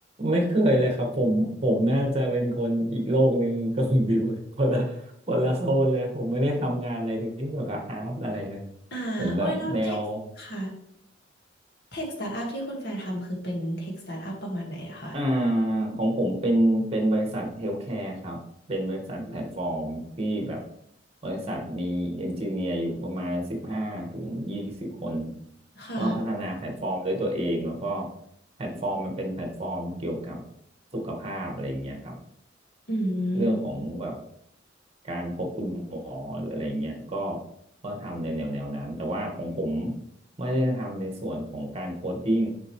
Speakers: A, on the right; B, on the left.
A: ไม่เคยเลยครับผมผมน่าจะเป็นคนอีกโลกหนึ่งกับคุณบิวเลยคนละคนละโซนเลยผมไม่ได้ทำงานอะไรที่เกี่ยวกับอาร์ตอะไรเลย
B: อ่าโอ้ยแล้วเทคค่ะ
A: ผมแบบแนว
B: เทคสตาร์ทอัพที่คุณแฟร์ทำคือเป็นเทคสตาร์ทอัพประมาณไหนอะคะ
A: อ่าของผมเป็นเป็นบริษัทเฮลท์แคร์ครับเป็นบริษัทแพลตฟอร์มที่แบบบริษัทมีเอนจิเนียร์อยู่ประมาณสิบห้าถึงยี่สิบคน
B: ค่ะ
A: ก็พัฒนาแพลตฟอร์มด้วยตัวเองแล้วก็แพลตฟอร์มมันเป็นแพลตฟอร์มเกี่ยวกับสุขภาพอะไรอย่างเงี้ยครับ
B: อื
A: เรื่องของแบบ
B: ม
A: การพบคุณหมอหรืออะไรเงี้ยก็ก็ทำในแนวแนวนั้น แต่ว่าของผมไม่ได้ทำในส่วนของการโคดดิ้ง